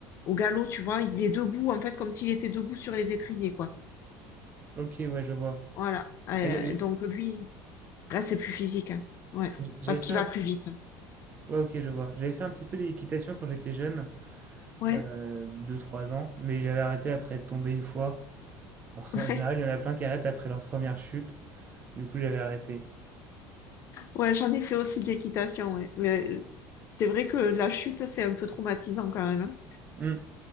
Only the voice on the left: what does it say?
au galop, tu vois. Il est debout, en fait, comme s'il était debout sur les étriers, quoi.
Voilà. Euh,
donc lui, là, c'est plus physique. hein. Ouais,
parce qu'il
va plus vite.
Ouais,
<laughs>
ouais,
ouais, j'en ai fait aussi de l'équitation, ouais. Mais euh, c'est vrai que la chute, c'est un peu traumatisant quand même, hein.